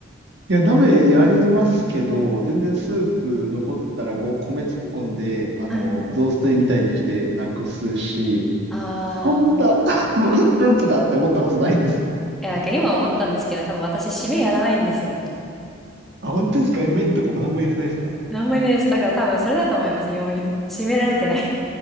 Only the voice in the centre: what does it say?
はい。
ああー、
いやなんか今思ったんですけど、多分私締めやらないんですよね。
何もいないです。だから多分それだと思います、要因。<laughs> 締められてない